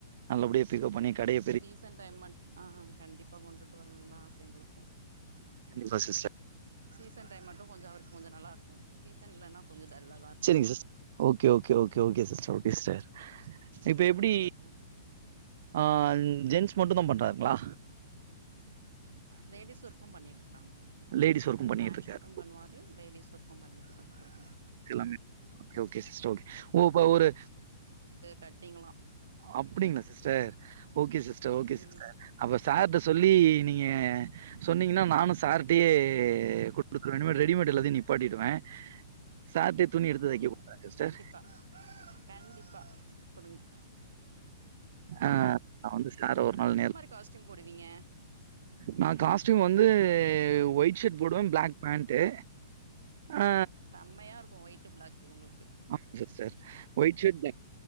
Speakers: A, on the right (about 55°); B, on the right (about 75°).
A: நல்லபடியா பிக்கப் பண்ணி கடய
B: சீசன் டைமன் ஆ கண்டிப்பா கொண்டுட்டு வரணுனு தா ஆச எங்களுக்கு
A: கண்டிப்பா சிஸ்டர்
B: சீசன் டைம் மட்டு கொஞ்ச அவருக்கு கொஞ்ச நல்லா ருக்கு சீசன் இல்லன்னா கொஞ்ச டல்லா தா இருக்கு
A: சரிங் sis okay okay okay sister okay sister இப்ப
B: சேரிங்க
A: எப்டி
B: சார்
A: அ ஜென்ஸ் மட்டுந்தா பண்றாங்ளா
B: லேடிஸ் ஒர்க்கும் பண்ணிட்ருக்காங்க
A: லேடிஸ் ஒர்க்கும் பண்ணிட்ருக்காரு.
B: பேண்ட் ஷர்ட்டு பண்ணுவாரு லேடிஸ் ஒர்க்கு பண்ணிட்டு தா இருக்காங்க
A: எல்லாமே ஓகே ஓகே சிஸ்டர் ஒகே ஒ ஒ ஒரு
B: கட்டிங்களா
A: அப்டிங்ளா சிஸ்டர் ஓகே சிஸ்டர் ஓகே
B: ம்
A: சிஸ்டர் அப்ப சார்ட்ட சொல்லி நீங்க சொன்னீங்கன்னா நானு சார்ட்டையே குடுத்துறே ரெடிமேட் எல்லத்தையு நிப்பாட்டிடுவ சார்டயே துணி எடுத்துதைக்க
B: ஆ
A: குடுத்தா என்ன சிஸ்டர்
B: கண்டிப்பா கண்டிப்பா குடுங்க
A: ஆ நா வந்து சார ஒரு நாள் நேர்
B: காஸ்ட்யும் போடுவீங்க
A: நா காஸ்டியூம் வந்து ஒயிட் ஷர்ட் போடுவ பிளாக் பேண்ட்டு ஆ
B: செம்மையா இருக்க ஒயிட்டு் பிளாக்கு உங்களுக்கு
A: ஆமா சிஸ்டர் ஒயிட் ஷர்ட்